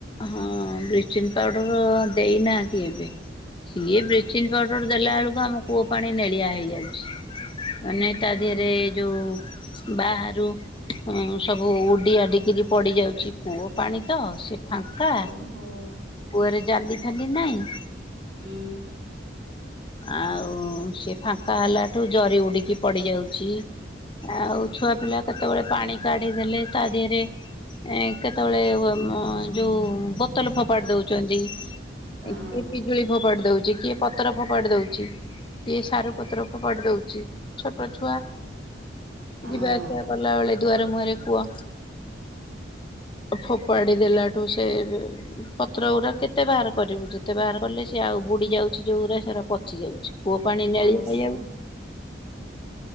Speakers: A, on the left; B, on the right.
A: ହଁ ବ୍ଲିଚିଂ ପାଉଡର ଦେଇନାହାନ୍ତି ଏବେ। ସିଏ ବ୍ଲିଚିଂ ପାଉଡର ଦେଲା ବେଳକୁ ଆମ କୂଅ ପାଣି ନେଳିଆ ହେଇଯାଉଛି। ମାନେ
B: ଓହୋ
A: ତା ଦେହରେ ଯୋଉ ବାହାରୁ ଉଁ ସବୁ ଉଡିଆଡିକିରି ପଡି ଯାଉଛି କୂଅ ପାଣି ତ ସେ ଫାଙ୍କା
B: ଓହୋ
A: କୁଅରେ ଜାଲି ଫାଲି ନାହିଁ?
B: ହୁଁ।
A: ଆଉ ସେ ଫାଙ୍କା ହେଲାଠୁ ଜରି ଉଡିକି ପଡି ଯାଉଛି। ଆଉ ଛୁଆ ପିଲା କେତେବେଳେ ପାଣି କାଢିଦେଲେ ତା ଦେହରେ ଏ କେତେବେଳେ ମ ଯୋଉ ବୋତଲ ଫୋପାଡି ଦଉଛନ୍ତି।
B: ହଁ।
A: କିଏ ପିଜୁଳି ଫୋପାଡି ଦଉଛି କିଏ ପତ୍ର ଫୋପାଡି ଦଉଛି। କିଏ ସାରୁ ପତ୍ର ଫୋପାଡି ଦଉଛି ଛୋଟ ଛୁଆ
B: ହଁ
A: ଯିବା ଆସିବା ଲା ବେଳେ ଦୁଆର ମୁହଁରେ କୁଅ। ଫୋପଡି ଦେଲାଠୁ ସେ ପତ୍ର ଗୁଡା କେତେ ବାହାର କରିବୁ ଯେତେ ବାହାର କଲେ ସିଏ ଆଉ ବୁଡି ଯାଉଛି ଯୋଉଗୁଡା ସେରା ପଚି କୂଅ ପାଣି ନେଳି
B: ଆଚ୍ଛା
A: <unintelligible>